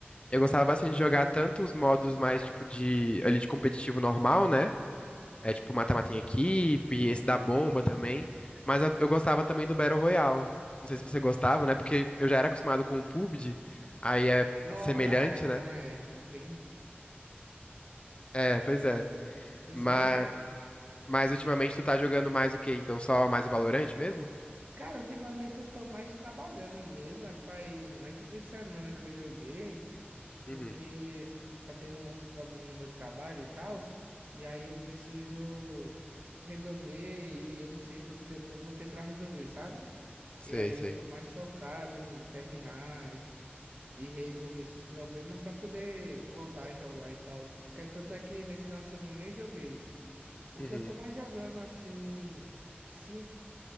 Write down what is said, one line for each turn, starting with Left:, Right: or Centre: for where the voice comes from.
Left: Eu gostava bastante
Right: Sim.
Left: de jogar tanto os modos mais, tipo, de, ali de competitivo normal, né? É tipo mata-mata em equipe,
Right: Aham.
Left: esse da bomba também. Mas eu, eu gostava também do Battle Royale. Não sei se você gostava, né? Porque eu já era acostumado com o PUBG, aí é
Right: Não,
Left: semelhante,
Right: ah, então
Left: né?
Right: é bem,
Left: É, pois é.
Right: bem
Left: Mas,
Right: semelhante.
Left: mas ultimamente tu tá jogando mais o quê? Então só mais o Valorante mesmo?
Right: Cara, ultimamente eu tô mais trabalhando mesmo, acho que faz mais de duas semanas que eu joguei, porque
Left: Uhum.
Right: tá tendo uns problemas no meu trabalho e tal, e aí eu preciso resolver e eu não sei quanto tempo eu vou ter pra resolver, sabe?
Left: Sei,
Right: E aí
Left: sei.
Right: eu tô mais focado em terminar. e resolver esses problemas pra poder voltar a jogar e tal. Porque Tanto é que nesse final de semana eu nem joguei. O
Left: Uhum.
Right: que eu tô mais jogando assim, simples,